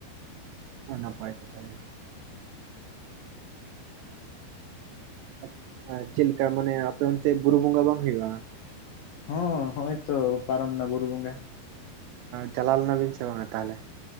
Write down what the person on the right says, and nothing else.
ᱟᱨ ᱱᱟᱯᱟᱭ ᱠᱟᱛᱷᱟ ᱜᱮ ᱟᱪ ᱟ ᱪᱮᱫ ᱞᱮᱠᱟ ᱢᱟᱱᱮ ᱟᱯᱮ ᱚᱱᱛᱮ ᱵᱩᱨᱩ ᱵᱚᱸᱜᱟ ᱵᱟᱝ ᱦᱩᱭᱩᱜᱼᱟ?
ᱪᱟᱞᱟᱣ ᱞᱮᱱᱟ ᱵᱤᱱ ᱥᱮ ᱵᱟᱝᱟ ᱛᱟᱦᱚᱞᱮ?